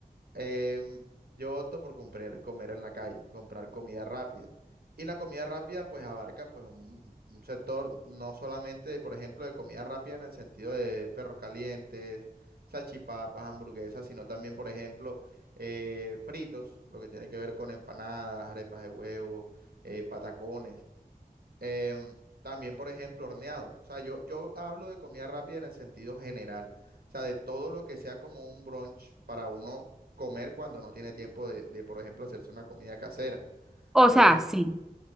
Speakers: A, on the right; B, in the centre.
A: Em, yo opto por comprar, comer en la calle, comprar comida rápida. Y la comida rápida pues abarca pues un, un sector no solamente, por ejemplo, de comida rápida en el sentido de perros calientes, salchipapas, hamburguesas, sino también, por ejemplo, eh, fritos, lo que tiene que ver con empanadas, arepas de huevo, eh, patacones. Em, también, por ejemplo, horneados. O sea, yo, yo hablo de comida rápida en el sentido general. O sea, de todo lo que sea como un brunch para uno comer cuando no tiene tiempo de, de, por ejemplo, hacerse una comida casera.
B: O
A: Entonces,
B: sea, sí,